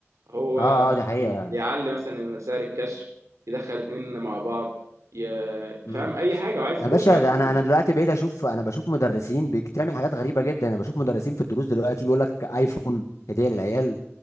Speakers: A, on the right (about 85°); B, on the left (about 85°).
A: هو
B: اه اه دي حقيقه
A: بيعلي مثلا سعر الكشف يدخل اتنين مع بعض ي-
B: امم
A: فاهم أي حاجة وعايز
B: يا
A: فلوس
B: باشا
A: وعايز
B: ده
A: فلوس
B: انا انا دلوقتي بقيت اشوف انا بشوف مدرسين بتعمل حاجات غريبه جدا انا بشوف مدرسين في الدروس دلوقتي بيقول لك ايفون هديه للعيال